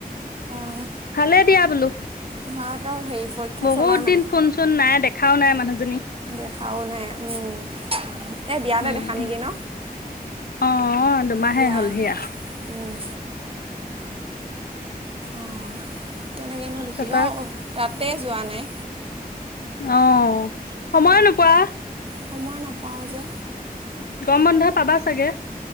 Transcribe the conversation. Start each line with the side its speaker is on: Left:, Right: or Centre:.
Right: অঁ
Left: ভালে দিয়া বোলো
Right: ইহঁতৰ হেৰি পৰীক্ষা
Left: বহুত
Right: চলা নাই
Left: দিন ফোন চোন নাই দেখা দেখাও নাই
Right: দেখাও নাই উম এই বিয়াতে
Left: উম
Right: দেখা নেকি ন
Left: অ দুমাহে
Right: বিয়া
Left: হ'ল সি আ
Right: উম অঁ তেনেকৈনো দেখিবা
Left: তাৰপা
Right: অ তাতে যোৱা নাই
Left: অ সময় নোপোৱা
Right: সময় নাপাও যে
Left: গম বন্ধ পাবা চাগে